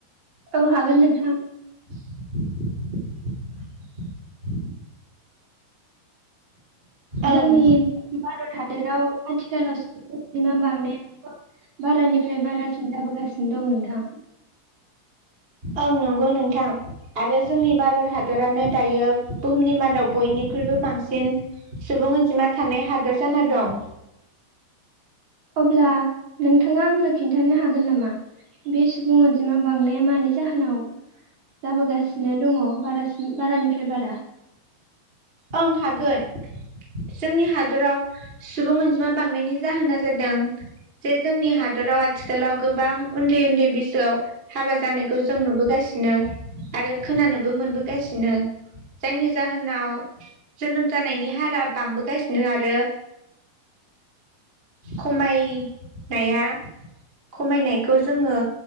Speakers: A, on the right (about 45°); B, on the right (about 20°).
A: औ हागोन नोंथां।
B: <inaudible> ओं
A: जोंनि भारत हादराव आथिखालाव मेक्सिमाम बांनायानो' बारानिफ्राय बारासिन जाबोगासिनो दं नोंथां
B: ओं नंगौ नोंथां आरो जोंनि भारत हादरानो दायो बुहुमनि मादाव बयनिख्रुइबो बांसिन सुबुं अनजिमा थानाय हादर जाना दं।
A: अब्ला नोंथाङा आंनो खिन्थानो हागोन नामा बे सुबुं अनजिमा बांनाया मानि जाहोनाव जाबोगासिनो दङ बारासिन बारानिफ्राय बारा
B: आं हागोन जोंनि हादराव सुबुं अनजिमा बांनायनि जाहोना जादों जे जोंनि हादराव आथिखालाव गोबां उन्दै उन्दै बैसोआव हाबा जानायखौ जों नुबोगासिनो आरो खोनानोबो मोनबोगासिनो। जायनि जाहोनाव जोनोम जानायनि हारा बांबोगासिनो आरो। खमायनाया खमायनायखौ जोङो